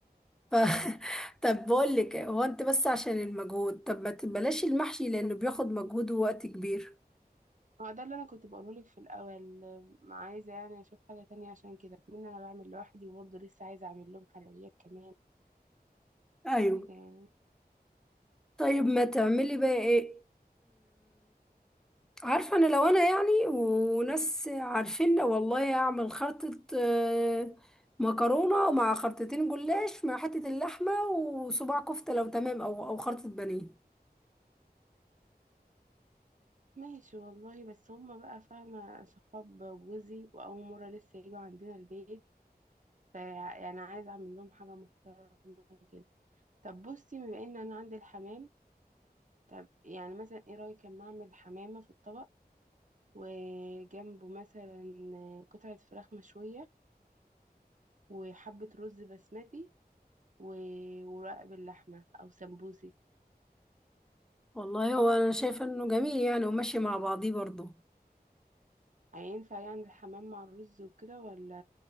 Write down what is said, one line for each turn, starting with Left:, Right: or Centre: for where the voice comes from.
Centre: ف... <laughs> طب بقول لك هو انت بس عشان المجهود طب ما تبلاش المحشي لانه بياخد مجهود ووقت كبير
Right: هو ده اللي انا كنت بقوله لك في الاول ما عايزة يعني اشوف حاجة تانية عشان كده من انا بعمل لوحدي وبرضه لسه عايزة اعمل لهم حلويات كمان
Centre: ايوه
Right: كده يعني
Centre: طيب ما تعملي بقى ايه عارفة أنا لو أنا يعني وناس عارفين والله أعمل خرطة آه، مكرونة مع خرطتين جلاش مع حتة اللحمة وصباع كفتة لو تمام أو أو خرطة بانيه
Right: ماشي والله بس هما بقى فاهمة صحاب جوزي وأول مرة لسه يجوا عندنا البيت فيعني عايزة أعمل لهم حاجة محترمة كده طب بصي بما إن أنا عندي الحمام طب يعني مثلا إيه رأيك أما أعمل حمامة في الطبق وجنبه مثلا قطعة فراخ مشوية وحبة رز بسمتي و- ورق باللحمة أو سمبوسي
Centre: والله هو أنا شايفة إنه جميل يعني وماشي مع بعضيه برضه
Right: هينفع يعني الحمام مع الرز وكده ولا